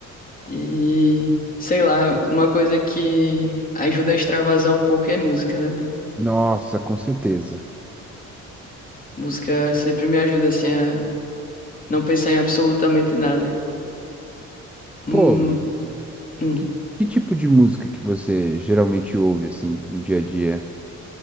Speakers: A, on the left; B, in the centre.
A: E, sei lá, uma coisa que ajuda a extravasar um pouco é música, né, velho?
B: Nossa, com certeza.
A: Música sempre me ajuda, assim, a não pensar em absolutamente nada. Hum,
B: Pô,
A: hum.
B: que, que tipo de música que você geralmente ouve, assim, no dia a dia?